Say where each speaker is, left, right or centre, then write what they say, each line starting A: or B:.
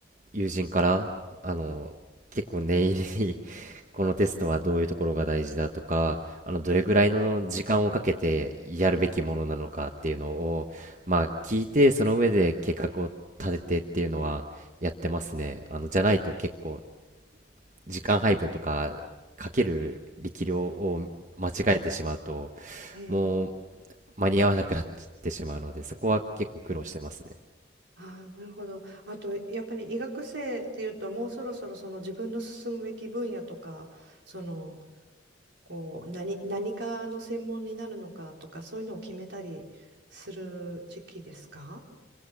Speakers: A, on the right; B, on the right.
A: 友人から、あのー結構念入りに <laughs> このテストはどういうところが大事だとか、あの、どれぐらいの時間をかけてやるべきものなのかっていうのを、
B: ええ、
A: まあ、聞いて、その上で計画を立ててっていうのはやってますね。あの、じゃないと結構時間配分とかかける力量を間違えてしまうと
B: ええ、
A: もう間に合わなくなってしまうのでそこは結構苦労してますね。
B: ああ、なるほど。あと、やっぱり医学生っていうと、もうそろそろその自分の進むべき分野とか、その、こう、何、何かの専門になるのかとか、そういうのを決めたりする時期ですか